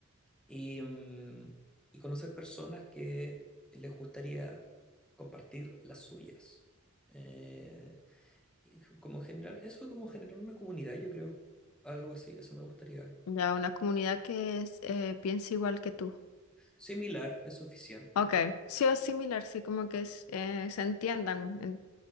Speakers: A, in the centre; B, on the left.
A: y, mm, y conocer personas que les gustaría compartir las suyas. Eh, y como generar, eso como generar una comunidad, yo creo. Algo así, eso me gustaría.
B: Ya una comunidad que es, eh, piense igual que tú.
A: Similar es suficiente.
B: Ok. Sí o similar, sí, como que es- eh, se entiendan en-